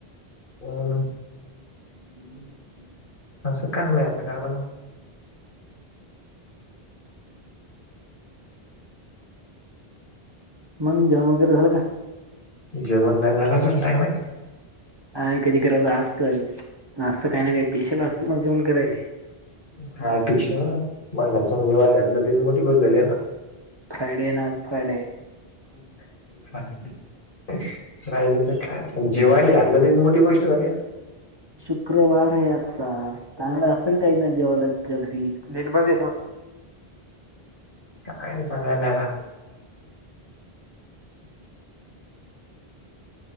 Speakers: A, on the left; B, on the right.
A: हो ना <inaudible> असं कामता कामला
B: मग जेवण वगैरे झालं का
A: जेवण नाही झालं अजून टाईमाय
B: ह कधी करायं असतं आस्त काय ना काय स्पेशल असतं म्हण जेवण करायले
A: हाय पेश मग घर सम ज्यवहार घातलं तरी मोठी कोण झाली अता
B: फ्रायडे ना आज फ्रायडे
A: <unintelligible> फ्रायडेच काय जेवायला घातलं त मोठी गोष्ट झाली आज
B: शुक्रवार आहे आजचा चांगला असेल काही ना जेवाला जग सी नेट बंद <unintelligible>
A: काय चांगलं नाही राहत